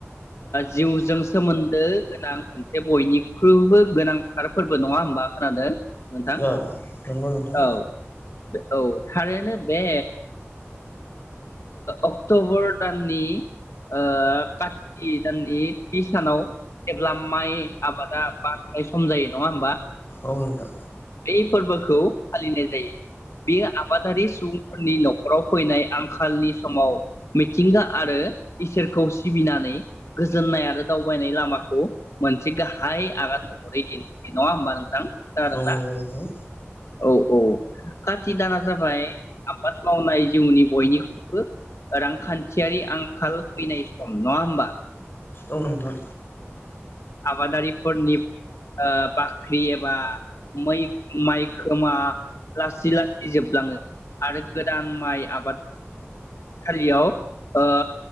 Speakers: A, on the left (about 80°); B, on the left (about 50°).
A: जिउजों सोमोन्दो गोनां मोनसे बयनिख्रुइबो गोनांथार फोरबो नङा होमबा खोनादों नोंथां
B: ओ नंगौ नोंथां
A: औ दे औ थारैनो बे अक्ट'बर दाननि ओ काति दाननि थि सानाव जेब्ला माइ आबादा बारनाय सम जायो नङा होमबा
B: औ नोंथां
A: ब फोरबोखौ फालिनाय जायो बेयो आबादारि सुबुंफोरनि न'खराव फैनाय आंखालनि समाव मिथिंगा आरो इसोरखौ सिबिनानै गोजोननाय आरो दावबायनाय लामाखौ मोनसे गाहाय आगान महरै दिन नङा होमबा नोंथां खोनादोंना?
B: औ नंगौ नोंथां
A: औ औ काति दाना जाबाय आबाद मावनाय जिउनि बयनिख्रुइबो रांखान्थियारि आंखाल फैनाय सम नङा होमबा
B: औ नोंथां
A: आबादारिफोरनि ओ बाख्रि एबा मोइ माइ खोमा लासै लासै जोबलाङो आरो गोदान माइ आबाद खालियाव ओ